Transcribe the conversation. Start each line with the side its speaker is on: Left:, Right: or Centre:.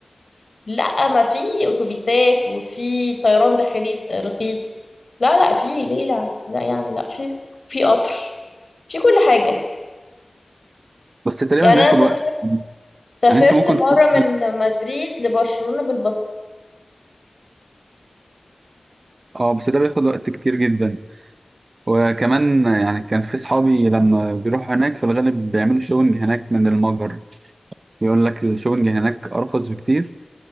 Left: لا ما في اتوبيسات وفي طيران داخلي س- رخيص لا لا في ليه لا لا يعني لا في في قطر في كل حاجة
Right: بس تقريبا
Left: يعني
Right: بياخد
Left: انا سافرت
Right: وقت
Left: سافرت
Right: يعني أنت ممكن
Left: مرة
Right: تروح
Left: من مدريد لبرشلونة بالباص
Right: اه بس ده بياخد وقت كتير جدا وكمان يعني كان في صحابي لما بيروحوا هناك في الغالب بيعملوا شوبنج هناك من المجر يقول لك الشوبنج هناك أرخص بكتير